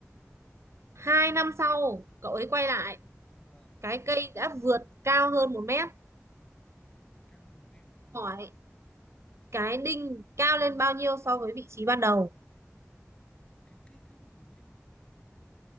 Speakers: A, on the right (about 65°); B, on the left (about 20°).
A: Hai năm sau, cậu ấy quay lại,
B: vâng
A: cái cây đã vượt cao hơn một mét.
B: cao hơn một mét ừ
A: Hỏi cái đinh cao lên bao nhiêu so với vị trí ban đầu?
B: cái cây cao hơn một mét